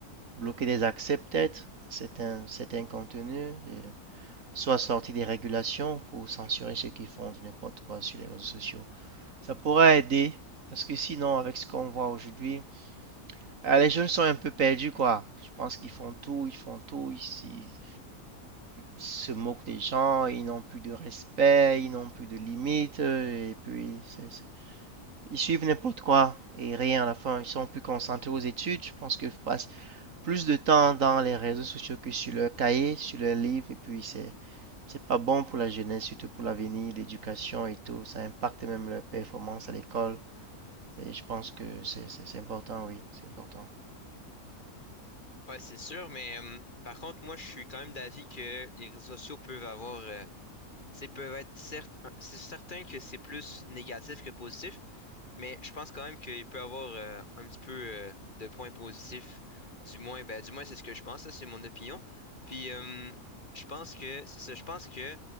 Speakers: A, on the right; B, on the left.
A: bloquer des accès peut-être à certains, certains contenus, et soit sortir des régulations pour censurer ceux qui font n'importe quoi sur les réseaux sociaux. Ça pourrait aider, parce que sinon, avec ce qu'on voit aujourd'hui, euh, les jeunes sont un peu perdus, quoi. Je pense qu'ils font tout, ils font tout, ils, ils- se moquent des gens, ils n'ont plus de respect, ils n'ont plus de limites, euh, et puis c'est ils suivent n'importe quoi et rien à la fin. Ils sont plus concentrés aux études. Je pense qu'ils passent plus de temps dans les réseaux sociaux que sur leur cahier, sur leur livre. Et puis, c'est, c'est pas bon pour la jeunesse, surtout pour l'avenir, l'éducation et tout. Ça impacte même leur performance à l'école. Et je pense que c'est, c'est, c'est important, oui, c'est important.
B: Ouais, c'est sûr, mais euh, par contre, moi, je suis quand même d'avis que les réseaux sociaux peuvent avoir, euh, tu sais, peuvent être certes, c'est certain que c'est plus négatif que positif, mais je pense quand même qu'il peut avoir euh, un petit peu euh, de points positifs. Du moins, ben, du moins, c'est ce que je pense, ça, c'est mon opinion. Puis, euh, je pense que, c'est ça, je pense que